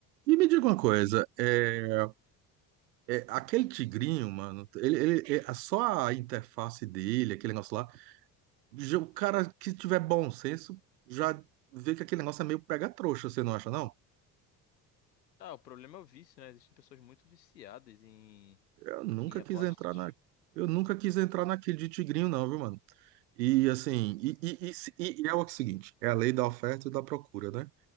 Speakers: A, on the right; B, on the left.
A: E me diga uma coisa, é, é, aquele tigrinho, mano, ele, ele- é, só a interface dele, aquele negócio lá, já- O cara que tiver bom senso já vê que aquele negócio é meio pega-trouxa, você não acha, não?
B: Ah, o problema é o vício, né? Existem pessoas muito viciadas em,
A: Eu nunca
B: em apostas.
A: quis entrar na. Eu nunca quis entrar naquele de tigrinho, não, viu, mano? E assim, e, e, e, se- e- é o seguinte, é a lei da oferta e da procura, né?